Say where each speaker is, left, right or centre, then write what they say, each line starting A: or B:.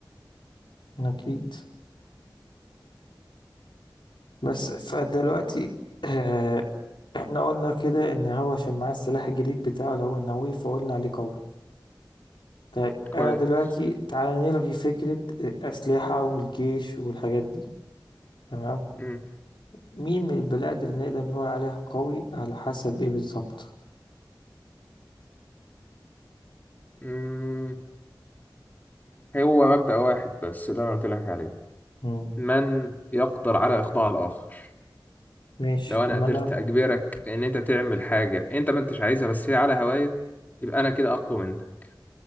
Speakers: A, on the left; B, on the left.
A: اكيد بس فدلوقتي اه احنا قلنا كده ان هو عشان معاه السلاح الجديد بتاعه اللي هو النووي فقلنا عليه قوي طيب
B: كويس
A: انا دلوقتي تعالى نلغي فكرة الاسلحة والجيش والحاجات دي تمام
B: مم.
A: مين من البلاد اللي نقدر نقول عليها قوي على حسب ايه بالظبط
B: مم. هو مبدأ واحد بس اللي أنا قلت لك عليه
A: مم.
B: من يقدر على إخضاع الآخر
A: ماشي
B: لو
A: طب
B: أنا
A: ما
B: قدرت
A: انا
B: أجبرك إن أنت تعمل حاجة أنت ما أنتش عايزها بس هي على هواية يبقى أنا كده أقوى منك